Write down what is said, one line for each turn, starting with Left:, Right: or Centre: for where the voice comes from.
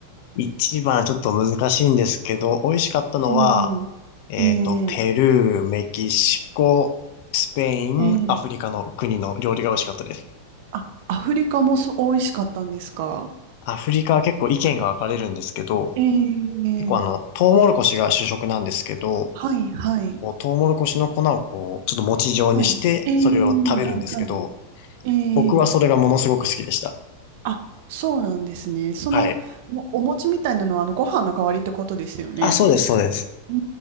Left: 一番ちょっと難しいんですけど、美味しかったのは、
Right: ええええ
Left: えっと、ペルー、メキシコ、スペイン、
Right: ええ
Left: アフリカの国の料理が美味しかったです。
Right: あ、アフリカもそう美味しかったんですか
Left: アフリカは結構意見が分かれるんですけど、
Right: ええ
Left: 結構あの、トウモロコシが主食なんですけど、
Right: はいはい
Left: こうトウモロコシの粉をこう、ちょっと餅状にして、
Right: はいええはいはいええ
Left: それを食べるんですけど、僕はそれがものすごく好きでした。
Right: あ、そうなんですね。その、
Left: はい。
Right: もお餅みたいなのは、あの、ご飯の代わりってことですよね。
Left: あ、そうです、そうです。
Right: うー